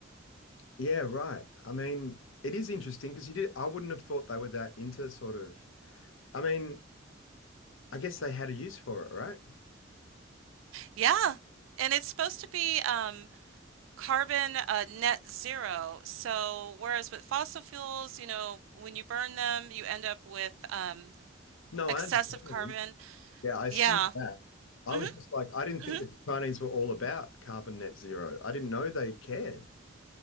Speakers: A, on the left (about 85°); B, on the right (about 85°).
A: Yeah, right. I mean, it is interesting because you did I wouldn't have thought they were that into sort of I mean, I guess they had a use for it, right?
B: Yeah. And it's supposed to be um carbon uh, net zero. So whereas with fossil fuels, you know, when you burn them, you end up with um
A: No,
B: excessive
A: I understand.
B: carbon.
A: Yeah, I assume
B: Yeah.
A: that. I
B: hmm
A: was just like, I didn't
B: hmm
A: think that the Chinese were all about carbon net zero. I didn't know they cared.